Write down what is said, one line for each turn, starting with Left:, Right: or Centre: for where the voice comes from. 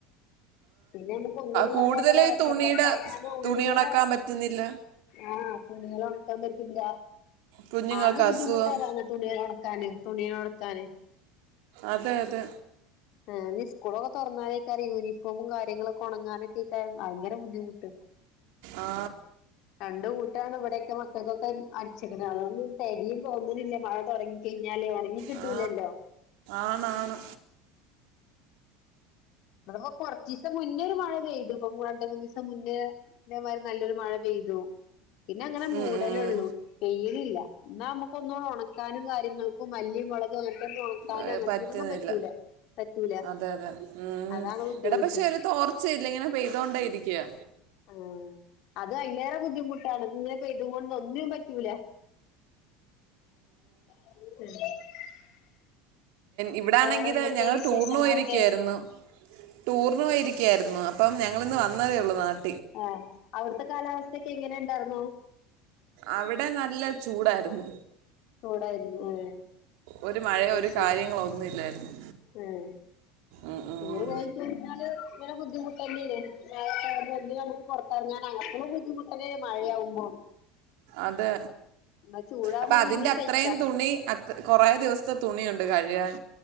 Left: പിന്നെ നമുക്ക് ഒന്നിനും
Right: കൂടുതൽ
Left: പറ്റാത്തൊ അവസ്ഥ
Right: തുണിയുടെ
Left: പുറത്തിറങ്ങാനും ഉള്ള
Right: തുണി ഉണക്കാൻ പറ്റുന്നില്ല
Left: ആഹ തുണികൾ ഉണക്കാൻ പറ്റില്ല
Right: കുഞ്ഞുങ്ങൾക്ക്
Left: ആകെ ബുദ്ധിമുട്ടതന്ന
Right: അസുഖം
Left: തുണികൽ ഉണക്കാന് തുണികൽ ഉണക്കാന്
Right: അതെ അതെ
Left: ഏ ഇനി സ്കൂളൊക്കെ തുറന്നാലേക്കെറ യൂണിഫോമും കാര്യങ്ങളൊക്കെ ഉണങ്ങാനൊക്കെക്ക ഭയങ്കര ബുദ്ധിമുട്ട്
Right: ആ
Left: രണ്ട് ഇവിടെയൊക്കെ മക്കൾക്കൊക്കെ അടച്ചിക്കണ് അതൊന്നും തെരിയും തോന്നുന്നില്ല മഴ തുടങ്ങ കഴിഞ്ഞിട്ട് ഞാലേ ഉണങ്ങി കിട്ടൂലല്ലോ
Right: ആ ആണാണ്
Left: അപ്പൊ കൊറച്ച് ദിവസം മുന്നേ ഒരു മഴ പെയ്തു ഇപ്പൊ രണ്ട് മൂന്ന് ദിവസം മുന്നേമാരി നല്ലൊരു മഴ പെയ്തു പിന്നെ അങ്ങനെ മൂടലള്ളൂ
Right: ഉം, ഉം.
Left: പെയിലില്ല എന്നാ നമ്മുക്ക് ഒന്നുക ഉണ- കാനും കാര്യങ്ങൾക്കും മല്ലി മു ക് അങ്ങനത്തെ നോക്കാനും
Right: ഏഹ്
Left: അങ്ങനത്തന്നൊന്നും
Right: പറ്റുന്നില്ല
Left: പറ്റൂല പറ്റൂല
Right: അതെ അതെ ഉം
Left: അതാണ് ബുദ്ധിമുട്ട്
Right: എടാ പക്ഷെ ഒരു തോർച്ച ഇല്ല ഇങ്ങനെ പെയ്തോണ്ട ഇരിക്കയാ
Left: ആ അത് അതിലേറെ ബുദ്ധിമുട്ടാണ് ഇങ്ങനെപെയ്തുകൊണ്ട ഒന്നിന്നും പറ്റൂലേ <unintelligible>
Right: ഇവിടെ
Left: വേറെ
Right: ആണെങ്കിൽ
Left: എന്തൊക്കെ
Right: ഞങ്ങൾ
Left: വിശേഷങ്ങളൊക്കെ
Right: ടൂറിന് പോയിരിക്കയായിരുന്നു ടൂറിന് പോയിരിക്കുവയായിരുന്നു അ അപ്പം ഞങ്ങളിന്ന് വന്നതേ ഉള്ളൂ നാട്ടി
Left: ആ അവിടുത്തെ കാലാവസ്ഥയൊക്കെ എങ്ങനെ ഉണ്ടായിരുന്നു
Right: അവിടെ നല്ല ചൂടായിരുന്നു
Left: ചൂടായിരുന്നു ആ
Right: ഒരു മഴയോ
Left: അ
Right: ഒരു
Left: ശരി
Right: കാര്യങ്ങളോ ഒന്നുമില്ലായിരുന്നു
Left: ആഹ
Right: ഉം, ഉം.
Left: ടൂറ് പോയി കിഞ്ഞാല് ഇങ്ങനെ ബുദ്ധിമുട്ടന്നായിരുന്നു വ നമുക്ക് പുറത്തിറങ്ങാൻ അങ്ങനക്ക ബുദ്ധിമുട്ടന്ന മഴയാവുമ്പോ
Right: അത്
Left: എന്നാ ചൂടാവുമ്പോ
Right: അപ്പൊ അതിന്റെ
Left: പിന്നേം
Right: അത്രയും
Left: സഹിക്കാ
Right: തുണി അത് കൊറ ദിവസത്തെ തുണിയുണ്ട് കഴുകാൻ